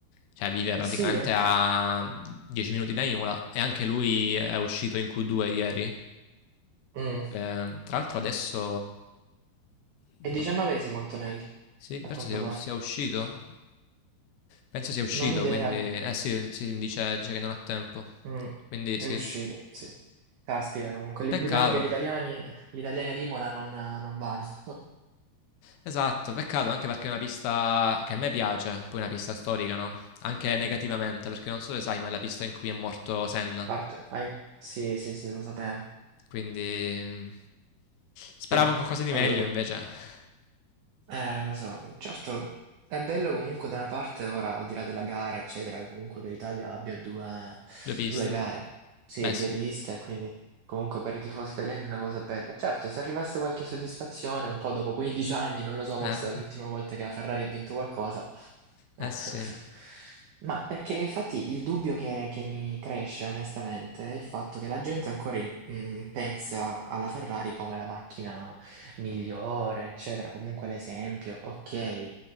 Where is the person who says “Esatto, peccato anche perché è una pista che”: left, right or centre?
Left